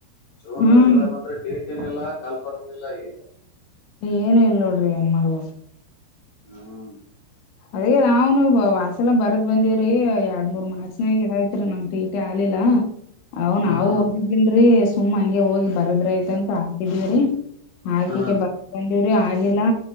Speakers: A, on the left; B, on the left.
A: ಜೂನ್
B: ಹ್ಮ್
A: ಜುಲೈ ಬಂದ್ರೆ ಡೇಟ್ ಏನಿಲ್ಲ ಕಾಲ್ಫಾರಮ್ನಿಲ್ಲ ಏ
B: ಏನು ಇಲ್ ನೋಡ್ರಿ ಏನ್ ಮಾಡಬೇಕ
A: ಹ್ಮ
B: ಅದೇ ನಾವ್ನು ವಾಸೆಲ್ಲ ಬರದ್ ಬಂದಿವವ್ರಿ ಎರಡ್ ಮೂರ್ ಮಾನಾಗ ನಮ್ದೀಟಿ ಆಲಿಲ್ಲ ಅವ್
A: ಹಾ
B: ನಾವು
A: ಹಾ
B: ಓದಿದ್ದಲ್ರರಿ ಸುಮ್ಮ ಹಂಗೆ ಹೋಗಿ ಬರದ್ರ ಆಐತಂತ ಹಾಕಿದೀವ್ರರಿ ಹಾಕಿಕ
A: ಹಾ
B: ಬ ಬಂದವ್ರಿ ಆಗಿಲ್ಲಾ